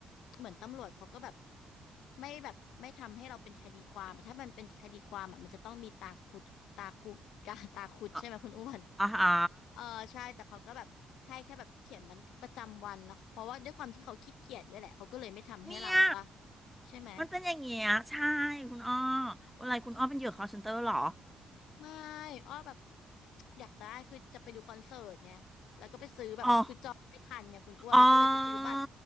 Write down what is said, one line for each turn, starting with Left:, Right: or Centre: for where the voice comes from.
Left: เหมือนตำรวจเขาก็แบบไม่แบบไม่ทำให้เราเป็นคดีความอะถ้ามันเป็นคดีความอ่ะมันจะต้องมีตาคุดตาคุกาตาคุดใช่ไหมคุณอ้วน
Centre: อ่ะอ่าฮะ
Left: เออใช่แต่เขาก็แบบให้แค่แบบเขียนบันทึกประจำวันแล้วเพราะว่าด้วยความที่เขาขี้เกียจด้วยแหละเขาก็เลยไม่ทำให้เราปะ
Centre: เนี่ย
Left: ใช่ไหม
Centre: มันเป็นอย่างเงี้ยใช่คุณอ้ออะไรคุณอ้อเป็นเหยื่อ call center เหรอ
Left: ไม่อ้อแบบอยากได้คือจะไปดูคอนเสิร์ตไงแล้วก็ไปซื้อแบบคือจองไม่ทันไงคุณอ้วนแล้วก็เลยไปซื้อบัตร
Centre: อ๋ออ๋อ